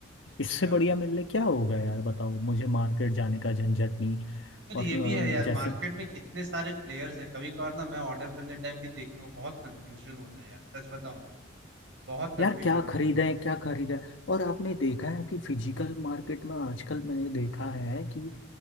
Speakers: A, on the right; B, on the left.
A: अच्छा
B: इससे बढ़िया मेरे लिए क्या होगा यार बताओ मुझे मार्केट जाने का झंझट नहीं
A: पर
B: और
A: ये
B: अ,
A: भी है यार
B: जैसे
A: मार्केट में कितने सारे प्लेयर्स है कभी कभार ना मैं ऑर्डर करने टाइम भी देखता हूँ बहुत कंफ्यूजन होता है यार सच बताऊं बहुत कंफ्यूजन
B: यार क्या
A: होता
B: खरीदें
A: है
B: क्या खरीदें और आपने देखा है कि फिजिकल मार्केट में आजकल मैंने देखा है कि